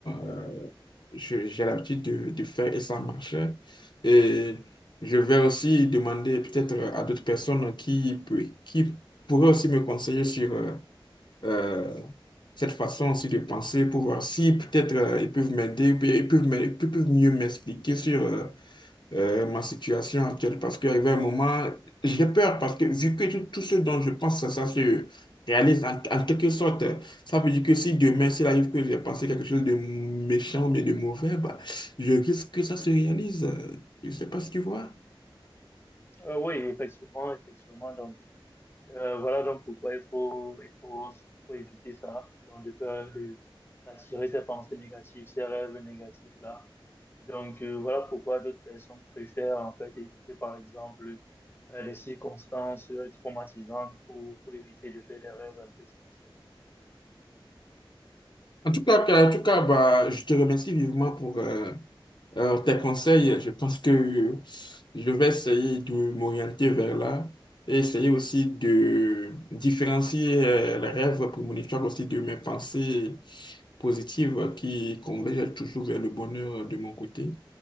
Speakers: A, on the left; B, on the left.
A: euh, je- j'ai l'habitude de, de faire et ça marche. Et je vais aussi demander peut-être à d'autres personnes qui, peut- qui pourraient aussi me conseiller sur euh, euh, cette façon aussi de penser pour voir si peut-être euh, ils peuvent m'aider, ou bien ils peuvent, me- ils peuvent mieux m'expliquer sur euh, euh, ma situation actuelle parce qu'il y avait un moment, j'ai peur parce que vu que tout, tout ce dont je pense, ça, ça se réalise en, en quelque sorte, ça veut dire que si demain, s'il arrive que j'ai pensé quelque chose de méchant ou bien de mauvais, bah, je risque que ça se réalise. Je ne sais pas si tu vois.
B: Euh, oui, effectivement, effectivement. donc Euh, voilà donc pourquoi il faut, il faut, il faut éviter ça. Donc, de peur de, d'attirer ces pensées négatives, ces rêves négatifs là. Donc, euh, voilà pourquoi d'autres personnes préfèrent en fait éviter par exemple euh, les circonstances euh, traumatisantes pour, pour éviter de faire des rêves un peu difficiles.
A: En tout cas, que- en tout cas bah, je te remercie vivement pour, euh, Alors, tes conseils, je pense que euh, je vais essayer de m'orienter vers là et essayer aussi de différencier euh, les rêves prémonitoires aussi de mes pensées positives qui convergent toujours vers le bonheur de mon côté.